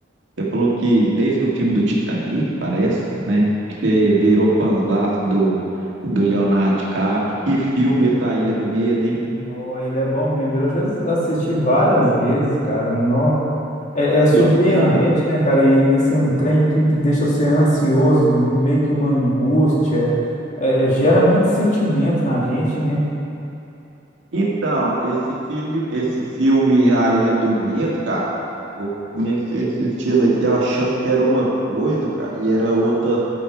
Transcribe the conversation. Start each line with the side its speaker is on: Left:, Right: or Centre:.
Right: você falou que desde o filme do Titanic, parece, né? Que você virou fãzaço do, do Leonardo DiCaprio. Que filme essa Ilha do Medo, hein?
Left: Nó, ele é bom mesmo. Eu já assisti várias vezes, cara. Nó. É, é surpreendente,
Right: Então,
Left: né, cara? E, e, assim, um trem que, que deixa você ansioso, meio que uma angústia. É, é, gera muito sentimento na gente, né?
Right: então, esse filho, esse filme A Ilha do Medo, cara, eu comecei a assistir ele aqui achando que era uma coisa, cara, e era outra